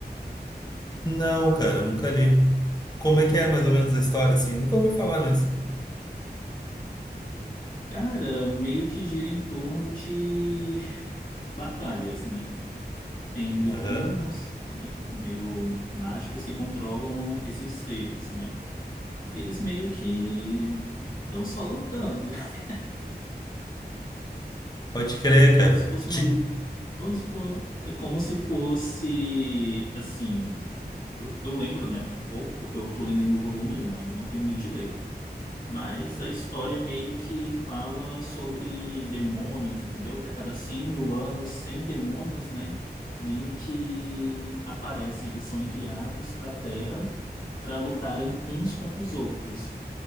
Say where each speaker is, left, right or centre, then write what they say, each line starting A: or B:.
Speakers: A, on the left (about 25°); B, on the left (about 55°).
A: Não, cara, nunca li. Como é que é mais ou menos a história, assim? Nunca ouvi falar mesmo.
B: Cara, meio que gira em torno de batalhas, né? Tem livrinhos,
A: Aham.
B: né, meio mágicos que controlam esses seres, né? E eles meio que estão só lutando. <laughs>
A: Pode crer,
B: É como
A: cara.
B: se fosse
A: Ti-
B: uma, como se for, é como se fosse assim, eu, eu lembro, né, pouco, porque eu tô lendo ainda o volume um, ainda não terminei de ler. Mas a história meio que fala sobre demônios, entendeu? Que a cada 100 mil anos, 100 demônios, né? Meio que aparecem, eles são enviados para a Terra para lutarem uns contra os outros.